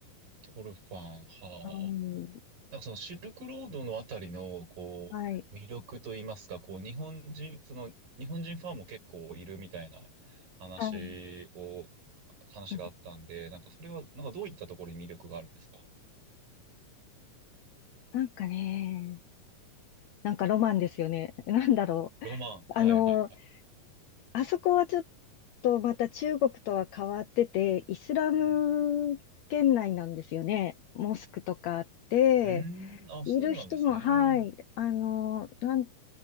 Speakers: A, on the right; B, on the left.
A: トルファン、はあ。
B: はい。
A: なんかそのシルクロードのあたりのこう魅力といいますか、
B: はい。
A: こう日本人、その日本人ファンも結構いるみたいな話を、
B: はい。
A: 話があったんで、
B: うん
A: なんかそれはなんかどういったところに魅力があるんですか
B: なんかね、なんかロマンですよね。<laughs> なんだろう。
A: ロマン。
B: あの、
A: はいはいはい。
B: あそこはちょっとまた中国とは変わってて、イスラム圏内なんですよね。
A: うん。
B: モスクとかあって、
A: うーん、あ、そうなんですね。
B: いる人も、はい。あの、なん